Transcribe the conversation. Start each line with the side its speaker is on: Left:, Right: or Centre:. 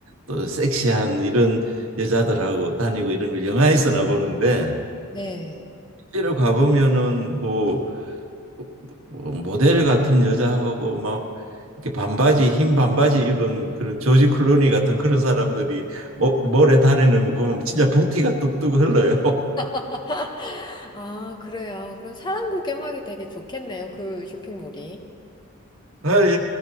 Right: 또 섹시한 이런 여자들하고 다니고 이런 걸 영화에서나 보는데
Left: 네.
Right: 실제로 가보면은 뭐 뭐 뭐, 모델 같은 여자하고 막 이렇게 반바지 흰 반바지 입은 그런 조지 클루니 같은 그런 사람들이 모, 몰에 다니는 거 보면 진짜 부티가 뚝뚝 흘러요. <laughs>
Left: <laughs> 아, 그래요. 그럼 사람 구경하기 되게 좋겠네요. 그 쇼핑몰이.
Right: 아, 예,